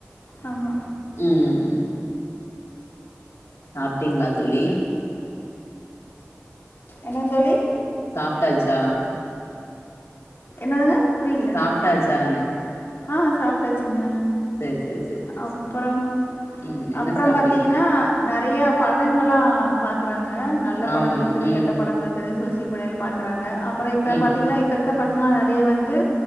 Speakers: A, on the left (about 55°); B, on the left (about 75°).
A: ஆம்மா
B: உம் சாப்ட்டீங்க்ளா தோழி
A: என்னங் தோழி
B: சாப்ட்டாச்சா
A: என்னதுங்க புரியல
B: சாப்ட்டாச்சான்னே
A: ஆ சாப்ட்டாச்சுங்க
B: சேரி சேரி சேரி சேரி
A: அப்பறோ
B: சேரி ம் என்ன
A: அப்றோ
B: சாப்ட்டீங்க
A: பாத்தீங்கனா நெறைய படங்கள்ளா பாக்கறாங்க நல்ல படங்கள்
B: ஆமா
A: இருக்குது
B: ம்
A: கெட்ட படங்கள் இருக் பிறகு சோசியல் மீடியால்ல பாக்கறாங்க அப்பறோ இப்போ
B: ம்
A: பாத்தீங்ளா
B: ம்
A: இப்போ இருக்க பசங்களா நெறைய வந்து